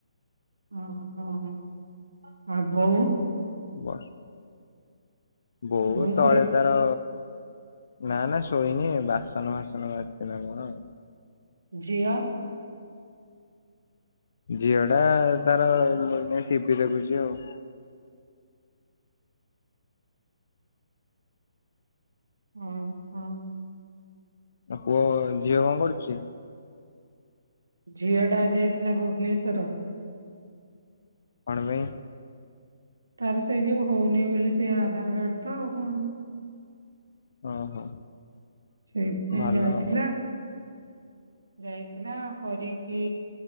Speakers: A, on the right (about 75°); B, on the left (about 60°).
A: ହଁ। ହଁ। ଆବୋ
B: ବାସ୍ ବହୁତ
A: ବୋଉ
B: ତଳେ
A: ଶୋଇ
B: ତାର ନା ନା ଶୋଇନି ବାସନ ଫାସନ ବାାରଛି ନା କଣ ଆଉ।
A: ଜିଆ।
B: ଝିଅ ଟା ତାର ମୁଁ ଯ ିପି ଦେଖୁଛି ଆଉ।
A: ହଁ ହୁଁ।
B: ଆଉ ପୁଅ ଝିଅ କଣ କରୁଛି?
A: ଝିଅଟା ଯାଇଥିଲା ଭୁବନେଶ୍୍ୱର
B: ପାଣୱେ
A: ତାର ସେଇ ଯେଉ ହଉନି ବୋଲିୋଇ ସେ ଆଧାର କାର୍ଡ ତ ଆଉ କଣ?
B: ଓହୋ
A: ସେଇଥିପାଇଁ
B: ଭଲ
A: ଯାଇଥିଲା।
B: ଆଉ।
A: ଯାଇଥିଲା କରିକି